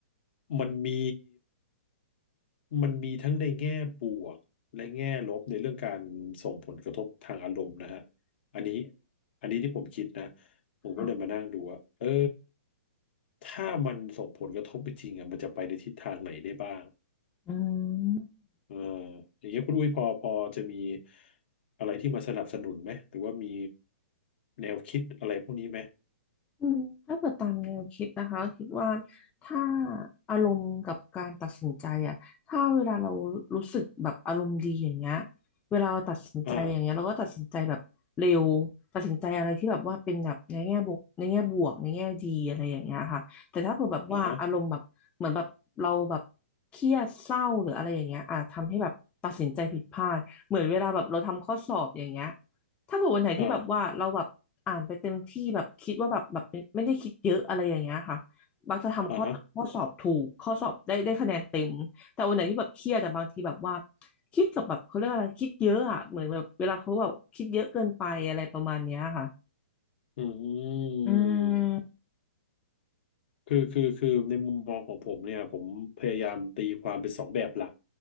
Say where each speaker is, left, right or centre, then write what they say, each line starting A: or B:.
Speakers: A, on the left (about 55°); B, on the left (about 15°).
A: มันมี มันมีทั้งในแง่บวกและแง่ลบในเรื่องการส่งผลกระทบทางอารมณ์นะฮะ อันนี้อันนี้ที่ผมคิดนะผมก็เลยมานั่งดูว่าเออ
B: ค่ะ
A: ถ้ามันส่งผลกระทบจริงๆอ่ะมันจะไปในทิศทางไหนได้บ้าง
B: อืม
A: เอออย่างเงี้ยคุณอุ้ยพอพอจะมีอะไรที่มาสนับสนุนไหมหรือว่ามีแนวคิดอะไรพวกนี้ไหม
B: อืมถ้าเปิดตามแนวคิดนะคะคิดว่าถ้าอารมณ์กับการตัดสินใจอะถ้าเวลาเรารู้สึกแบบอารมณ์ดีอย่างเงี้ยเวลาเราตัดสินใจอย่างเงี้ยเราก็ตัดสินใจแบบเร็วตัดสินใจอะไรที่แบบว่าเป็นแบบในแง่บวกในแง่บวกในแง่ดีอะไรอย่างเงี้ยค่ะแต่ถ้าเกิดแบบว่าอารมณ์แบบเหมือนแบบเราแบบเครียดเศร้าหรืออะไรอย่างเงี้ยอ่ะทำให้แบบตัดสินใจผิดพลาดเหมือนเวลาแบบเราทำข้อสอบอย่างเงี้ย
A: อ่าอ่าฮะ
B: ถ้าเผื่อวันไหนที่แบบว่าเราแบบอ่านไปเต็มที่แบบคิดว่าแบบแบบไม่ไม่ได้คิดเยอะอะไรอย่างเงี้ยค่ะ
A: อ่า
B: บางจะทำข้อข้อสอบถูกข้อสอบได้ได้คะแนนเต็มแต่วันไหนที่แบบเครียดแต่บางทีแบบว่า
A: อ่าฮะ
B: คิดกับแบบเขาเรียกอะไรคิดเยอะอ่ะเหมือนแบบเวลาเขาแบบคิดเยอะเกินไปอะไรประมาณเนี้ยค่ะ
A: อืม
B: อืม
A: คือคือคือในมุมมองของผมเนี่ยผมพยายามตีความเป็นสองแบบหลัก